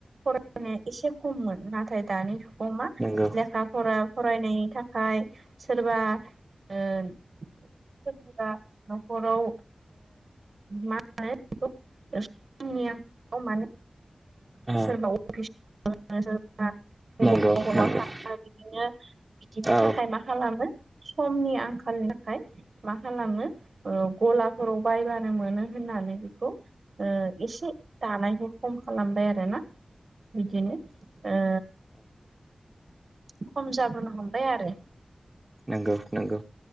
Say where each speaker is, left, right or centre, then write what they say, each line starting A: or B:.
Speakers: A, on the right (about 70°); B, on the right (about 30°).
A: फरायनाया एसे खममोन। नाथाय दानि समा
B: नंगौ
A: लेखा-फरा फरायनायनि थाखाय सोरबा ओ न'खराव मा मो बेखौ <unintelligible> आंनि <unintelligible> माने
B: औ
A: सोरबा अफिस सोरबा <unintelligible> बबावबा
B: नंगौ नंगौ औ
A: बबावबा थाङो बिदिनो बिदिनि
B: औ
A: थाखाय मा खालामो समनि आंखालनि थाखाय मा खालामो ओ गलाफोराव बायबानो मोनो होननानै बेखौ ओ एसे दानायखौ खम खालामबाय आरोना। बिदिनो ओ खम जाबोनो हमबाय आरो।
B: नंगौ नंगौ।